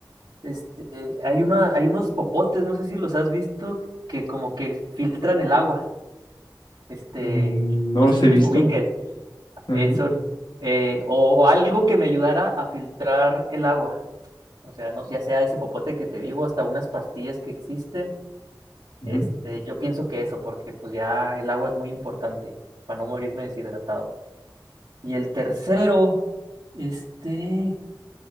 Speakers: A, on the right; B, on the left.
A: este, hay una, hay unos popotes, no sé si los has visto, que como que filtran el agua. Este,
B: Mm, No
A: no
B: los
A: sé si
B: he
A: los
B: visto.
A: ubiques.
B: Bueno,
A: Eh, son, eh, o, o algo que me ayudara a filtrar el agua. O sea, no, ya sea ese popote que te digo, hasta unas pastillas que existen.
B: ujú.
A: Este, yo pienso que eso, porque pues ya el agua es muy importante para no morirme deshidratado. Y el tercero, este...